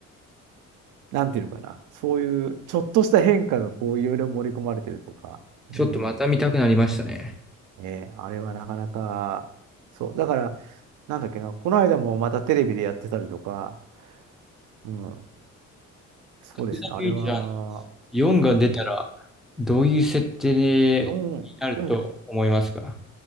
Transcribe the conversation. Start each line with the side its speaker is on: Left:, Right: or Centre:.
Right: う、なんていうのかな、そういうちょっとした変化がこう、いろいろ盛り込まれてるとか、
Centre: ちょっとまた見たくなりましたね。
Right: うん、ね、あれはなかなか、そう、だから、なんだっけな、この間もまたテレビでやってたりとか、うん、そうですね、
Centre: 時計台フューチャーの
Right: あれは、
Centre: 4が出たら、
Right: うん、
Centre: どういう設定になると思いますか
Right: 4、でも